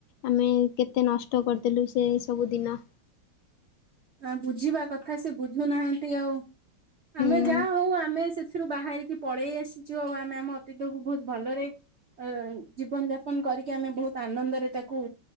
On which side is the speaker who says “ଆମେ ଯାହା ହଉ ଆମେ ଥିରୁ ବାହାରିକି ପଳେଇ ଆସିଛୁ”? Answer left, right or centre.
Right